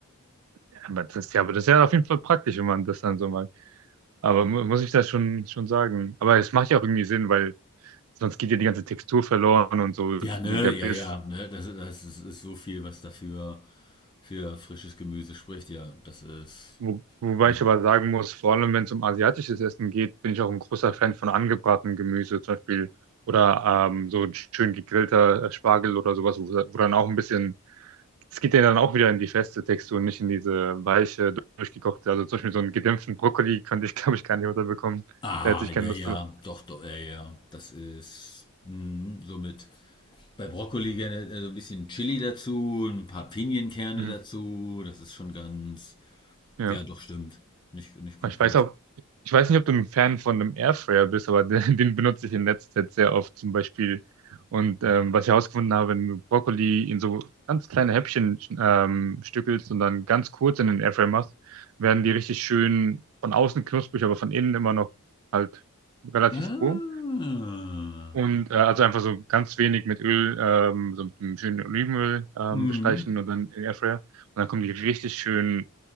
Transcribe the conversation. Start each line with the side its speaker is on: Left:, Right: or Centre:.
Right: Ja, Aber das ist ja, aber das ist ja auf jeden Fall praktisch, wenn man das dann so mag. Aber mu muss ich das schon schon sagen. Aber es macht ja auch irgendwie Sinn, weil sonst geht ja die ganze Textur verloren und so
Left: Ja, ne,
Right: der Biss.
Left: ja, ja, ne, das, das ist, ist so viel, was dafür für frisches Gemüse spricht. Ja, das ist.
Right: Wo, wobei
Left: hm.
Right: ich aber sagen muss, vor allem wenn es um asiatisches Essen geht, bin ich auch ein großer Fan von angebratenem Gemüse zum Beispiel oder ähm, so ein schön gegrillter äh, Spargel oder sowas, wo, wo dann auch ein bisschen, es geht ja dann auch wieder in die feste Textur, nicht in diese weiche, durchgekochte. Also zum Beispiel so einen gedämpften Brokkoli könnte ich, <laughs> glaube ich, gar nicht unterbekommen.
Left: Ah,
Right: Da hätte ich
Left: ja,
Right: keine
Left: ja,
Right: Lust drauf.
Left: doch, doch, ja, ja. Das ist mm, somit bei Brokkoli gerne äh, so ein bisschen Chili dazu, ein paar Pinienkerne
Right: Mhm.
Left: dazu. Das ist schon ganz,
Right: Ja.
Left: ja, doch, stimmt. Nicht, nicht komplett.
Right: Ich weiß auch, ich weiß nicht, ob du ein Fan von einem Airfryer bist, aber <laughs> den, den benutze ich in letzter Zeit sehr oft zum Beispiel. Und ähm, was ich herausgefunden habe, wenn du Brokkoli in so ganz kleine Häppchen ähm, stückelst und dann ganz kurz in den Airfryer machst, werden die richtig schön von außen knusprig, aber von innen immer noch halt relativ
Left: Ah,
Right: roh. Und äh, also einfach so ganz wenig mit Öl, ähm, so mit einem schönen Olivenöl ähm,
Left: mhm.
Right: bestreichen und dann in den Airfryer. Und dann kommen die richtig schön